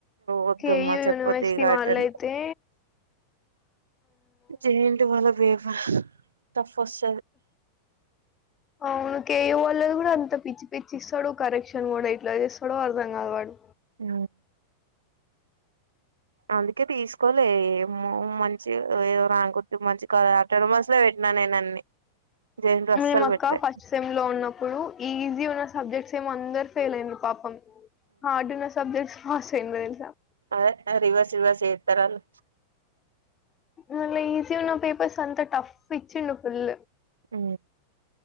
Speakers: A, on the right (about 70°); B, on the left (about 25°).
A: వద్దమ్మా
B: య యునివర్సిటీ
A: చెప్పొద్దు ఇగ
B: వాన్లయితే
A: అటెన్ చేంటి వాళ్ళ బేవ తఫ ఫొస
B: అవును కేయ వాళ్ళది కూడా అంత పిచ్చి పిచ్చి ఇస్తాడు కరెక్షన్ కూడా ఇట్లా చేస్తాడు అర్ధం కాదు వాడు
A: ఆ అందుకే తీసుకోలే ఏమో మంచి ఏదో రాక మంచి ఆఫ ట మంతస్ లో పెట్టినా నేను అన్ని జేఎన్‌టీయూ అస్సలు
B: మే అక్క
A: పెట్టలే
B: ఫస్ట్ సెమ్ లో ఉన్నప్పుడు ఈజీ ఉన్న సబ్జెక్ట్స్ ఏమ అందరు ఫెల్ అయింది పాపం హ అడున్న సబ్ద స్యి స
A: అద రివర్స్ రివర్స్ ఏ తరలు
B: మళ్ళీ ఈజీ ఉన్న పేపర్స్ అంతా టఫ్ ఇచ్చిం ఫుల్
A: ఆ